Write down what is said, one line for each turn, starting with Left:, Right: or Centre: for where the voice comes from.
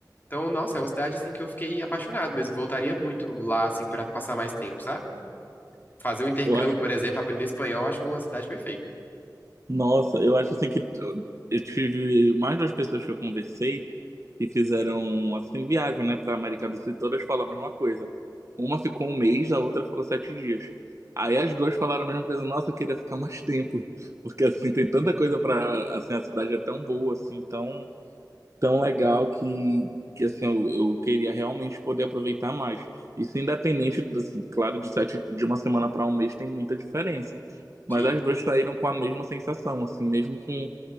Left: Então, nossa, é uma cidade, assim, que eu fiquei apaixonado mesmo. Voltaria muito lá, assim, pra passar mais tempo, sabe? Fazer um intercâmbio,
Right: Eu acho
Left: por exemplo, aprender espanhol, eu acho uma cidade perfeita.
Right: Nossa, eu acho assim que eu eu tive mais duas pessoas que eu conversei que fizeram assim viagem, né, para América do Sul e todas falam a mesma coisa. Uma ficou um mês, a outra ficou sete dias. Aí as duas falaram a mesma coisa. Nossa, eu queria ficar mais tempo, <laughs> porque assim tem tanta coisa para assim a cidade é tão boa, assim, tão tão legal que, que assim, eu, eu queria realmente poder aproveitar mais. Isso independente, assim, claro, de sete, de uma semana para um mês tem muita diferença. Mas
Left: Sim.
Right: as duas saíram com a mesma sensação, assim, mesmo com,